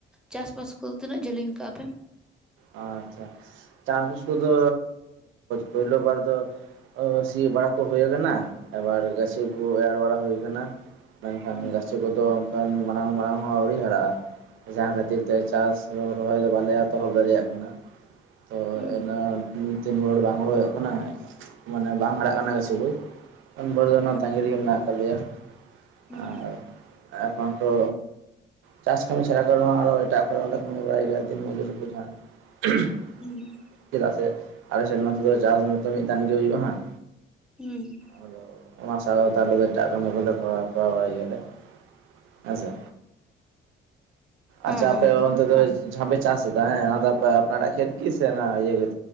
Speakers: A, in the centre; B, on the right.
A: ᱪᱟᱥᱵᱟᱥ ᱠᱚᱫᱚ ᱛᱤᱱᱟᱹᱜ ᱡᱟᱹᱞᱤᱧ ᱠᱟᱜᱼᱟ ᱯᱮ
B: ᱟᱪᱪᱷᱟ ᱪᱟᱥᱵᱟᱥ ᱠᱚᱫᱚ ᱯᱳᱭᱞᱳ ᱵᱟᱨ ᱫᱚ ᱥᱤ ᱵᱟᱲᱟ ᱠᱚ ᱦᱩᱭ ᱠᱟᱱᱟ ᱟᱵᱟᱨ ᱜᱟᱹᱪᱷᱤ ᱠᱚ ᱮᱨ ᱵᱟᱲᱟ ᱦᱩᱭ ᱠᱟᱱᱟ ᱢᱮᱱᱠᱷᱟᱱ
A: ᱦᱩᱸ
B: ᱪᱟᱥᱤ ᱠᱚ ᱛᱚ ᱢᱟᱲᱟᱝ ᱢᱟᱲᱟᱝ ᱦᱚᱸ ᱟᱹᱣᱨᱤ ᱦᱟᱨᱟᱜᱼᱟ ᱡᱟᱦᱟᱸ ᱠᱷᱟᱹᱛᱤᱨ ᱛᱮ ᱪᱟᱥ ᱨᱚᱦᱚᱭ ᱫᱚ ᱵᱟᱞᱮ ᱮᱛᱚᱦᱚᱵ ᱫᱟᱲᱮᱭᱟᱜ ᱠᱟᱱᱟ, ᱛᱚ
A: ᱦᱩᱸ
B: ᱚᱱᱟ ᱛᱤᱱ ᱵᱷᱚᱨ ᱵᱟᱝ ᱦᱚᱲ ᱦᱩᱭᱩᱜ ᱠᱟᱱᱟ ᱢᱟᱱᱮ ᱵᱟᱝ ᱦᱟᱨᱟᱜ ᱠᱟᱱᱟ ᱵᱮᱥᱤ ᱫᱚ ᱩᱱᱵᱚᱨ ᱫᱚ ᱚᱱᱟ
A: ᱦᱩᱸ
B: ᱛᱟᱸᱜᱤ ᱨᱮᱜᱮ ᱢᱮᱱᱟᱜ ᱠᱟᱜ ᱞᱮᱭᱟ
A: ᱦᱩᱸ
B: ᱟᱨ ᱮᱠᱷᱚᱱ ᱫᱚ ᱪᱟᱥ ᱠᱟᱹᱢᱤ ᱪᱷᱟᱲᱟ ᱠᱚᱨᱮᱦᱚᱸ ᱟᱨᱚ ᱮᱴᱟᱜ ᱠᱚᱨᱮ ᱚᱸᱰᱮ ᱠᱟᱹᱢᱤ ᱵᱟᱲᱟᱭ ᱜᱮᱭᱟ ᱫᱤᱱ ᱢᱚᱡᱩᱨ ᱨᱮᱠᱚ ᱡᱟᱦᱟᱸ <unintelligible>
A: ᱦᱩᱸ
B: ᱪᱮᱫᱟᱜ ᱥᱮ ᱟᱞᱮ ᱥᱮᱱ ᱱᱚᱛᱮ ᱫᱚ ᱪᱟᱥ ᱢᱟᱛᱚ ᱢᱤᱫ ᱫᱟᱱ ᱦᱩᱭᱩᱜᱼᱟ ᱦᱟᱸᱜ
A: ᱦᱤᱸ
B: ᱟᱫᱚ ᱚᱱᱟ ᱥᱟᱶ ᱛᱮ ᱟᱞᱮ ᱫᱚ ᱮᱴᱟᱜ ᱠᱟᱹᱢᱤ ᱠᱚᱞᱮ ᱠᱚᱨᱟᱣ ᱵᱟᱲᱟᱭ ᱜᱮᱭᱟᱞᱮ ᱦᱮᱸ ᱥᱮ
A: ᱦᱮᱸ
B: ᱟᱪᱪᱷᱟ
A: ᱦᱮᱸ
B: ᱟᱯᱮ ᱚᱱᱛᱮ ᱫᱚ ᱡᱟᱦᱟᱸ ᱯᱮ ᱪᱟᱥ ᱮᱫᱟ ᱦᱮᱸ ᱚᱱᱟ ᱫᱚ ᱟᱯᱱᱟᱨᱟᱜ ᱠᱷᱮᱛ ᱜᱮᱥᱮ ᱤᱭᱟᱹ